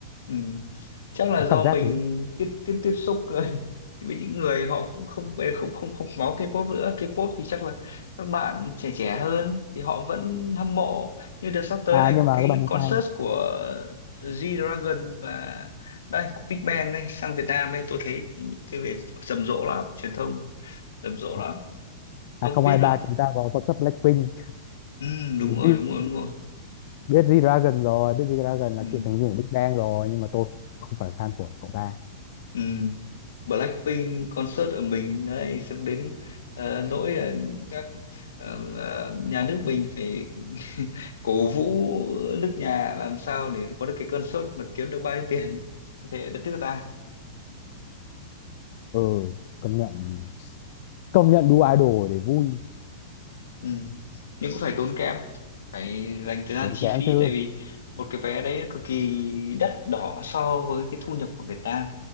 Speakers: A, on the left; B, on the left.
A: ừ. chắc là
B: có
A: do
B: cảm
A: mình
B: giác thế
A: tiếp tiếp tiếp xúc <laughs> với những người họ cũng không về không không không máu K-pop nữa K-pop thì chắc là các bạn trẻ trẻ hơn thì họ vẫn hâm mộ như đợt sắp tới
B: à
A: này
B: nhưng
A: có
B: mà
A: cái
B: các bạn nói
A: concert
B: sai
A: của G-Dragon và đây của Big Bang này sang Việt Nam ấy tôi thấy cái việc rầm rộ lắm truyền thông rầm rộ
B: à,
A: lắm ông
B: 2023
A: có biết không
B: chúng ta vào có sắp Blackpink
A: ừ đúng
B: Jin
A: rồi đúng rồi đúng rồi
B: biết G-Dragon rồi biết G-Dragon
A: ừ.
B: là cựu thành viên của Big Bang rồi nhưng mà tôi không phải fan của cậu ta
A: Ừ. Blackpink concert ở mình đấy xong đến ờ, nỗi ờ, các ờ, ờ, nhà nước mình phải <laughs> cổ vũ nước nhà làm sao để có được cái concert mà kiếm được bao nhiêu tiền thế ở đất nước ta
B: ừ công nhận công nhận đu idol để vui
A: ừ. nhưng cũng phải tốn kém phải dành thời gian
B: tốn
A: chi
B: kém
A: phí
B: chứ
A: tại vì một cái vé đấy cực kỳ đắt đỏ so với cái thu nhập của Việt Nam